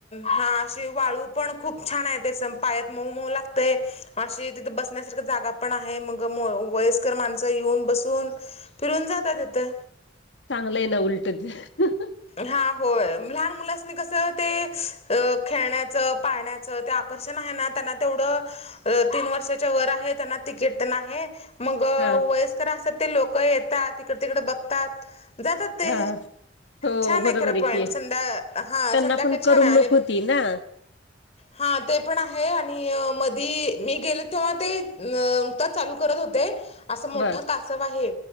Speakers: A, on the left (about 35°); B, on the left (about 75°).
A: हा अशी वाळू पण खूप छान आहे ते स पायात मऊ मऊ लागते अशी तिथे बसण्यासारख जागा पण आहे मग वयस्कर माणसं येऊन बसून फिरून जातात तेथ
B: चांगलं आहे ना उलट ते
A: हा होय लहान मुलांनी कसं ते अ खेळण्याचं पाळण्याचं ते आषण आहे त्यांना तेवढं तीन वर्षाच्या वर आहे त्यांना तिकीट म
B: हा
A: व असतात ते लोक येतात तकड तिकड बघतात जातात ते
B: हा हो
A: छान
B: बरोबर
A: आहे खरं पॉइंट
B: की
A: संध्या हा
B: त्यांना
A: संध्याकाळी
B: पण
A: छान
B: करमणूक
A: आहे आणि
B: होती ना
A: हा ते पण आहे आणि मधी मी गेले तेव्हा ते नुकताच चालू करत होते असं मोठं
B: बर
A: कासव आहे